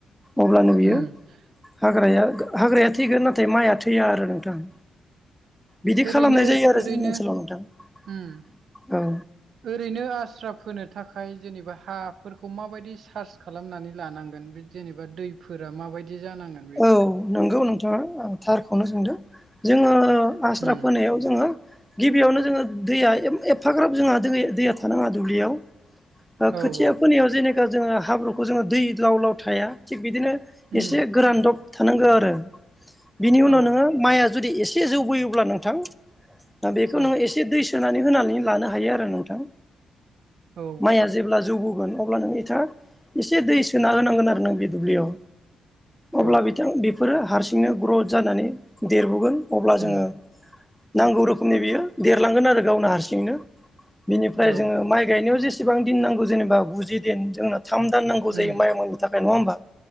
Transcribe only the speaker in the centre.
अब्लानो बियो
हाग्राया हाग्राया थैगोन नाथाय माइया थैया आरो नोंथां बिदि खालामनाय
जायो आरो
जोंनि ओनसोलाव नोंथां
औ।
औ नंगौ नोंथाङा थारखौनो सोंदों जोङो आस्रा
फोनायाव जोङो गिबियावनो जोङो दैया एफाग्राब जोंहा दैया थानाङा दुब्लियाव
खोथिया
फोनायाव जे जोङो हाब्रुखौ जोङो दै लाव लाव थाया थिग बिदिनो
एसे फोरानदब थानांगौ आरो बिनि
उनाव नोङो माइया जुदि एसे जौबोयोब्ला नोंथां। दा बेखौ
नोङो एसे दै सोनानै होनानै लानो हायो आरो नोंथां।
माइया जेब्ला जौबो अब्ला नोंथाङा एसे दै सोना होनांगोन आरो नों बे दुब्लियाव अब्ला
बिथां बेफोरो हारसिंनो ग्रथ जानानै देरबोगोन अब्ला
जोङो नांगौ रोखोमनि बियो देरलांगोन आरो गावनो हारसिंनो बिनिफ्राय
जोङो माइ गायनायाव जेसेबां दिन नांगौ जेनेबा गुजि दिन जोंना थाम दान नांगौ
जायो माइ मोननो थाखाय नङा होमबा